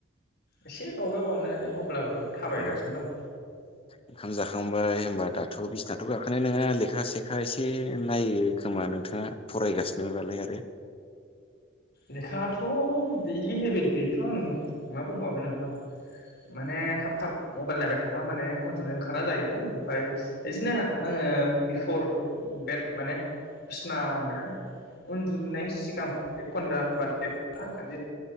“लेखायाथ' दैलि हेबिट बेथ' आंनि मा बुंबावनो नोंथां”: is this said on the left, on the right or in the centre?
Left